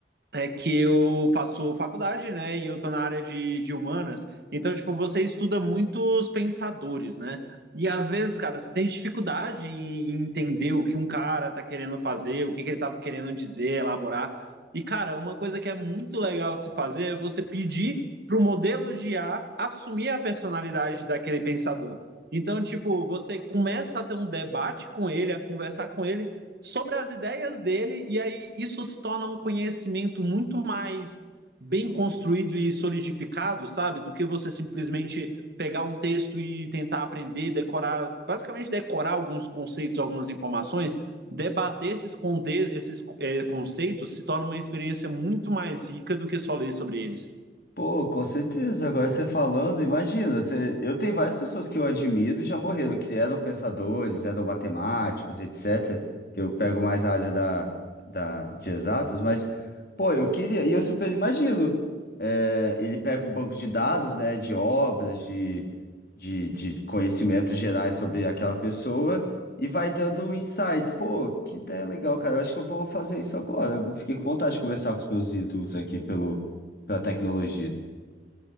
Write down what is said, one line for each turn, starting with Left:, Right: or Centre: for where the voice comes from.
Right: é que eu faço faculdade, né? E eu tô na área de, de humanas. Então, tipo, você estuda muitos pensadores, né? E às vezes, cara, você tem dificuldade em em entender o que um cara tá querendo fazer, o que que ele tava querendo dizer, elaborar. E, cara, uma coisa que é muito legal de se fazer é você pedir pro modelo de I A assumir a personalidade daquele pensador. Então, tipo, você começa a ter um debate com ele, a conversar com ele sobre as ideias dele, e aí isso se torna um conhecimento muito mais bem construído e solidificado, sabe? Do que você simplesmente pegar um texto e tentar aprender, decorar, basicamente decorar alguns conceitos, algumas informações, debater esses, conte esses é, conceitos se torna uma experiência muito mais rica do que só ler sobre eles.
Left: Pô, com certeza. Agora você falando, imagina, você... eu tenho várias pessoas que eu admiro e já morreram, que eram pensadores, eram matemáticos, etc. Que eu pego mais a área da, da... de exatas, mas, pô, eu queria, e eu super imagino. É, ele pega o banco de dados, né, de obras, de, de, de conhecimentos gerais sobre aquela pessoa e vai dando insights. Pô, que ideia legal, cara. Eu acho que eu vou fazer isso agora. Eu fiquei com vontade de conversar com os meus ídolos aqui pelo... pela tecnologia.